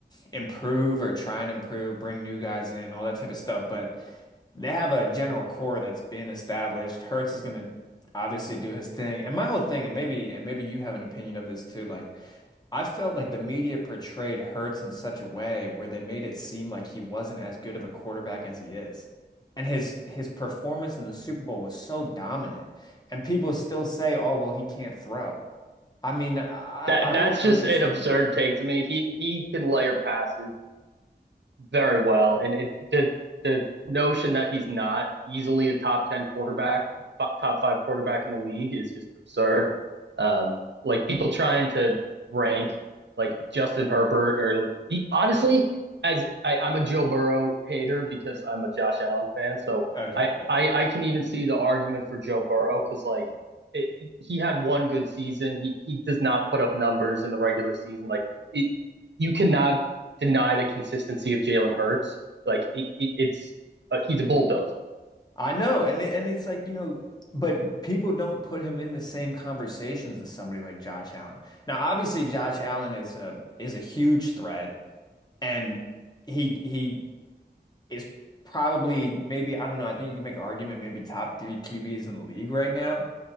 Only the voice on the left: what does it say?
improve or try and improve, bring new guys in, all that type of stuff, but they have a general core that's been established. Hertz is going to obviously do his thing. And my whole thing, and maybe and maybe you have an opinion of this too, like I felt like the media portrayed Hertz in such a way where they made it seem like he wasn't as good of a quarterback as he is. And his his performance in the Super Bowl was so dominant, and people still say, "Oh, well, he can't throw." I mean, I
I really
don't
understand
that.
Okay,
I know, and it, and it's like, you know, but people don't put him in the same conversations as somebody like Josh Allen. Now, obviously, Josh Allen is a is a huge threat, and he he is probably maybe I don't know. I think you can make argument maybe top three QBs in the league right now.